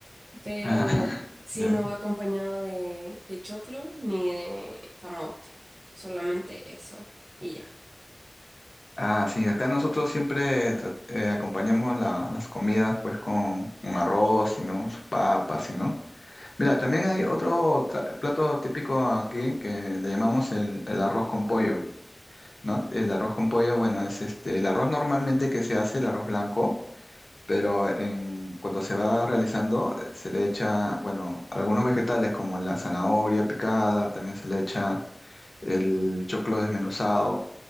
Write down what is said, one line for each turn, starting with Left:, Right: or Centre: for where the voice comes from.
Right: pero
Left: <laughs>
Right: si
Left: Ya.
Right: no va acompañado de, de choclo ni de camote, solamente eso y ya.
Left: Ah, sí, acá nosotros siempre tra- eh, acompañamos la- las comidas pues con, con arroz, ¿sí, ¿no? Sus papas, ¿sí, ¿no? Mira, también hay otro tra- plato típico aquí que le llamamos el, el arroz con pollo, ¿no? El arroz con pollo, bueno, es este, el arroz normalmente que se hace, el arroz blanco, pero en, cuando se va realizando eh, se le echa, bueno, algunos vegetales como la zanahoria picada, también se le echa el choclo desmenuzado